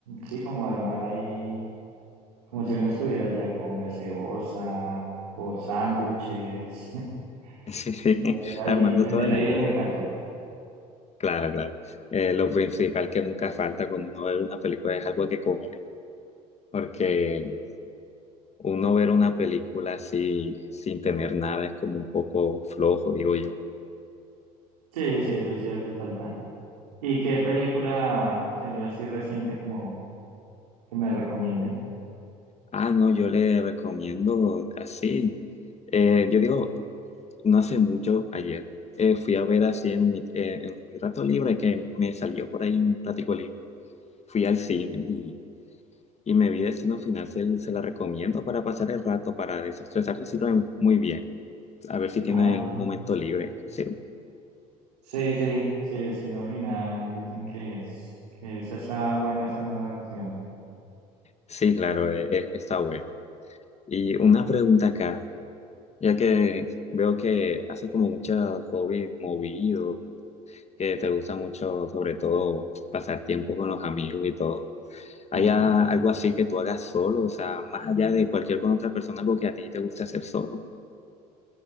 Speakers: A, on the right (about 85°); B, on the left (about 35°).
A: sí, como armar ahí como si uno estuviera ya con gaseosa o sándwiches,
B: Sí,
A: <laughs> como hacer ahí,
B: Armando
A: tener
B: todo el
A: ahí
B: ambiente.
A: el mecato.
B: Claro, claro. Eh, lo principal que nunca falta cuando uno ve una película es algo que comer. porque uno ver una película así sin tener nada es como un poco flojo, digo yo.
A: Sí, sí, eso sí hace falta. ¿Y qué película se vio así reciente como que me recomiende?
B: Ah, no, yo le recomiendo así. Eh, yo digo, no hace mucho, ayer, eh, fui a ver así en mi, eh, en mi rato libre, que me salió por ahí un ratico libre. Fui al cine y, y me vi Destino Final, se, se la recomiendo para pasar el rato, para desestresarse, sirve muy bien. A ver si tiene
A: Ah,
B: un momento libre, sirve.
A: sí, sí, sí, Destino Final, dicen que es, que esa está buena, esa nueva versión.
B: Sí, claro, eh, eh, está buena. Y una pregunta acá, ya que veo que haces como muchos hobbies movidos, que te gusta mucho, sobre todo, pasar tiempo con los amigos y todo. ¿Hay
A: Ajá.
B: a- algo así que tú hagas solo? O sea, más allá de cualquier con otra persona, algo que a ti te gusta hacer solo.